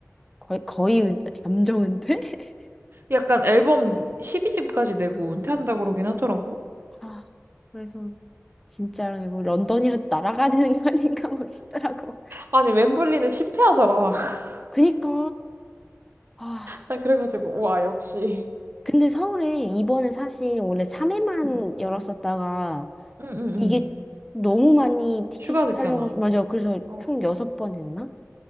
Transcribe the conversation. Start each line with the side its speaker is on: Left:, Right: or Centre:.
Centre: 거의, 거의 은, 잠정 은퇴? <laughs>
Right: 약간 앨범 12집까지 내고 은퇴한다 그러긴 하더라고.
Centre: 아, 그래서, 진짜, 이거 런던이라도 날아가야 되는 거 아닌가 막 싶더라고.
Right: 아니, 웸블리는 10퇴 하더라. <laughs>
Centre: 그니까, 아.
Right: 나 그래가지고, 와, 역시.
Centre: 근데 서울에 이번에 사실 원래 3회만
Right: 응,
Centre: 열었었다가
Right: 응, 응.
Centre: 이게 너무 많이 티켓이
Right: 휴가 됐잖아.
Centre: 팔려가지고 맞아 그래서
Right: 어,
Centre: 총 6번 했나?